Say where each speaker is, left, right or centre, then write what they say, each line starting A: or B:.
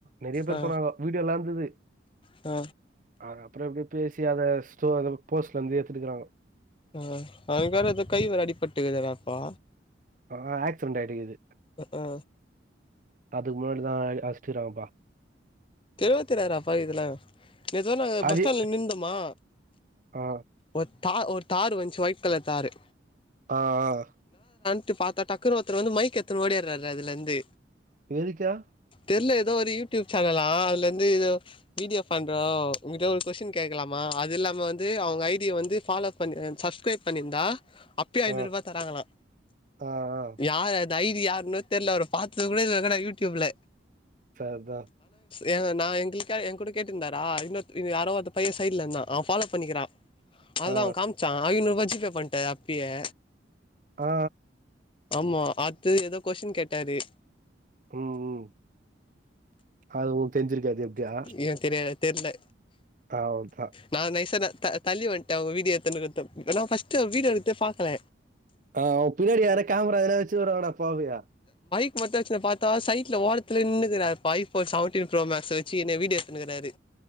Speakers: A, on the right; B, on the left.
A: நறைய பேர்
B: ஆ
A: சொன்னாங்க வீடியோலாந்தது
B: ஆ
A: அ அப்றோ எப்டியோ பேசி அத ஸ்டோ போஸ்ட்லந்து எத்துட்டுக்குறாங்க
B: ஆ அவனுக்கு வேற எதோ கை வேற அடிபட்டுக்கிதானப்பா
A: ஆ ஆக்ஸ்டெண்ட்டடியிது
B: அ ஆ
A: அதுக் முன்னாடி தா அச்ட்ரிராங்ப்பா
B: பேர்தெரியாதுராப்பா இதுலா நெஜமா நாங்க
A: அது
B: பஸ் ஸ்டாண்ட்ல நின்ந்தோமா
A: ஆ
B: ஒ தா ஒரு தார் வன்ச்சு ஒயிட் கலர் தாரு
A: அ ஆ
B: த்து பாத்தா டக்குனு ஒர்த்தர் வந்து மைக் எத்துன் ஓடியாராரு அதுலந்து
A: எதுக்குயா
B: தெர்ல எதோ ஒரு யூடியூப் சேனலா ஆ அதுலந்து எதோ வீடியோ பண்றோ உங்கிட்ட ஒரு கொஸ்டின் கேக்லாமா அதில்லாம வந்து அவுங்க ஐடி ய வந்து ஃபாலோ பண்ணு சப்ஸ்க்ரைப் பண்ணிர்ந்தா அப்பயே ஐநூறுவா
A: ஆ
B: தராங்களா
A: ஆ ஆ
B: யார் அது தி யாருன்னு தெர்ல அவரு பாத்தது கூட இல்லடா யூடியூப்ல
A: ச அதா
B: ஏ நா எங்களுக்க எங் கூட கேட்டிருந்தாரா இன்னு யாரோ ஒது பைய சைட்ல இருந்தா அவ ஃபாலோ பண்ணிக்கிறா அவ்ளதா
A: ஆ
B: அவ காமிச்சா ஐநூறுவா ஜி பே பண்ட்ட அப்பியே
A: ஆ
B: ஆமா அத்தது ஏதோ கொஷ்ஷின் கேட்டாரு
A: ம் ம் அது ஓ தெரிஞ்சிருக்காது எப்டியா
B: ஏ தெரியாது தெர்ல
A: அவுள்தா
B: நான் நைஸா ந த தள்ளி வன்ட்ட அவ வீடியோ எத்து <unintelligible> நா ஃபஸ்ட்டு வீடியோ எடுக்தே பாக்கல
A: ஆ அ பின்னாடி யாரோ கேமரா எதனா வச்சு உட <unintelligible>
B: <unintelligible> பாத்தா சைட்ல ஓரத்துல நின்னுக்குறார் இப்ப ஐஃபோன் செவன்டீன் ப்ரோ மேக்ஸ் வெ ச்சி என்னைய வீடியோ எத்துனுக்குறாரு